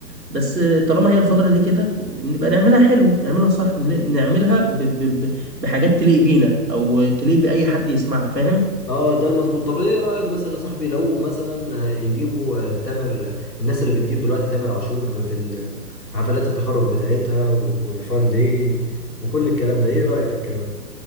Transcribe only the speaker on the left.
اه ده المظبوط طب ايه رايك مثلا يا صاحبي لو مثلا آه، يجيبوا آه، تامر آه، الناس اللي بتجيب دلوقتي تامر عاشور في ال- في حفلات التخرج بتاعتها و- والفان داي وكل الكلام ده ايه رايك في الكلام ده